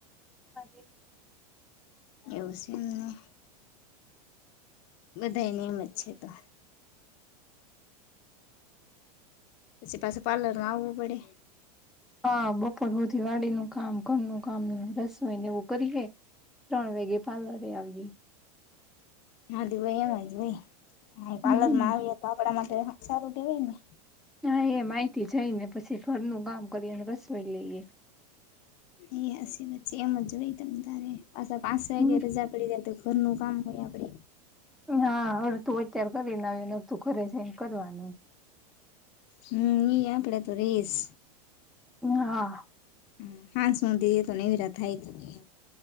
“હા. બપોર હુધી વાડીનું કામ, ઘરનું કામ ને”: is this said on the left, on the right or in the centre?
Centre